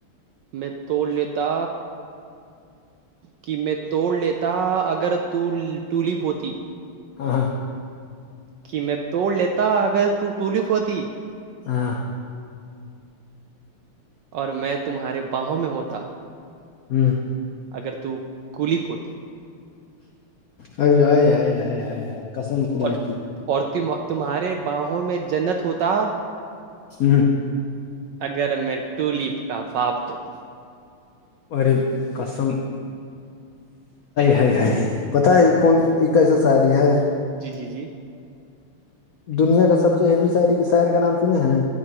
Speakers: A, on the right (about 75°); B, on the left (about 80°).
A: میں توڑ لیتا کہ میں توڑ لیتا اگر تو ٹولپ ہوتی
B: ہا
A: کہ میں توڑ لیتا اگر تو ٹولف ہوتی
B: ہاں
A: اور میں تمہارے باہوں میں ہوتا
B: ہوں
A: اگر تو کولیپ ہوتی
B: ہائے ہائے ہائے ہائے ہائے قسم خدا
A: اور
B: کی
A: اور تم تمہارے باہوں میں جنت ہوتا
B: ہوں
A: اگر میں ٹولپ کا باپ ہوتی
B: اور کسم ہے پتا ہے یہ کون یہ کیسا ساڑی ہے
A: جی جی جی
B: دنیا کا سب سے ہیوی ش شہر کا نام سنے ہیں